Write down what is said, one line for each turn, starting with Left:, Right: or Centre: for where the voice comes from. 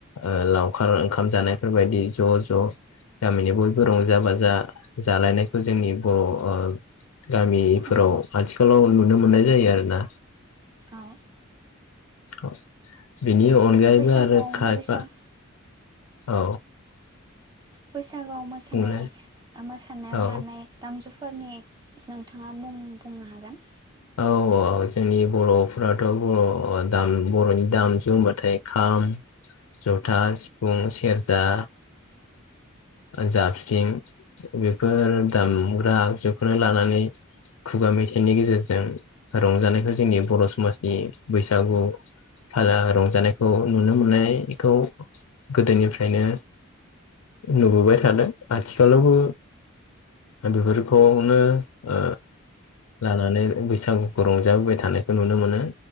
Left: ओ लावखार ओंखाम जानायफोरबायदि ज' ज' गामिनि बयबो रंजा बाजा जालायनायखौ जोंनि बर' ओ गामिफोराव
Right: खुङो
Left: आथिखालाव नुनो मोननाय जायो आरोना
Right: औ
Left: औ। बिनि अनगायैबो
Right: बैसागुआव
Left: आरो खायफा
Right: बैसाग
Left: औ।
Right: बैसा बैसागुयाव मोसानाय
Left: बुंलाय
Right: बा मोसानायावलानाय
Left: औ
Right: दामजुु फोरनि नोंथाङा मुं बुंनो हागोन।
Left: औ आ जोंनि बर'फोराथ' बर' दाम बर'नि दामजु होनबाथाय खाम, जथा, सिफुं, सेरजा ओ जाबस्रिं बेफोर दामग्रा आगजुखौनो लानानै खुगा मेथाइनि गेजेरजों रंजानायखौ जोंनि बर' समाजनि बैसागु थाजा रंजानायखौ नुनो मोननायखौ गोदोनिफ्रायनो नुबोबाय थादों। आथिखालावबो बेफोरखौनो ओ लानानै बैसागुखौ रंजाबोबाय थानायखौ नुनो मोनो।